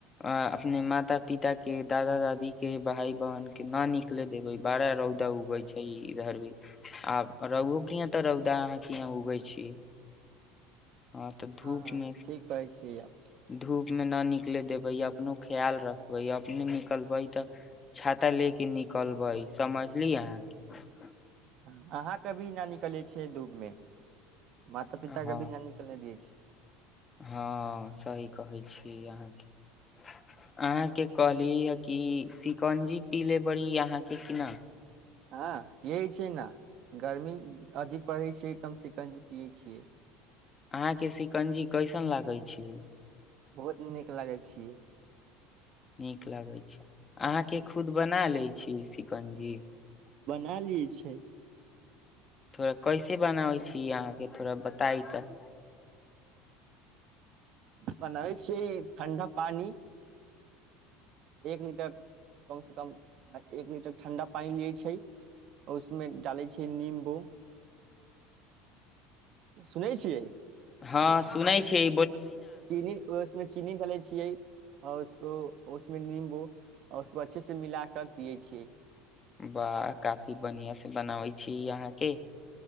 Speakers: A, on the left; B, on the right.
A: अपने माता पिता के दादा दादी के भाय बहिनके न निकले देबै बड़ा रौदा उगै छै इधर भी आ रौओ के यहाँ तऽ रौदा अहाँ ई हां उगै छी हँ तऽ धूपमे
B: हँ ठीक कहै छी आप
A: धूप मे ना निकले देबै अपनो ख्याल रखबै अपने निकलबै तऽ छाता ले के निकलबै समझली अहाँके
B: अहाँ के अभी न निकलै छियै धूपमे माता
A: हँ
B: पिता के भी न निकलै दैय छियै
A: हँ सही कहै छी अहाँ अहाँके कहली ह कि शिकंजी पी ले बाड़ी अहाँके कि न
B: हँ पीयै छियै न गर्मी अधिक पड़ै छै तऽ हम सिकंजी पियै छियै
A: अहाँके सिकंजी कैसन लागे छै
B: बहुत नीक लागै छियै
A: नीक लागै छै अहाँके खुद बना लै छी सिकंजी
B: का लियै छै
A: थोड़ा कैसे बनाबै छी अहाँके थोड़ा बताई तऽ
B: बनाबै छियै ठण्डा पानि एक लीटर कम से कम एक लीटर ठण्डा पानी लियै छै उसमे डालै छै नीम <unintelligible> सुनै छियै
A: हँ सुनै छै
B: चीनी उसमे चीनी गलैत छियै आओर उसको उसमे नींबू आओर उसको अच्छे से मिला कर पियै छियै
A: वाह काफी बढ़ियां से बनाबै छियै अहाँके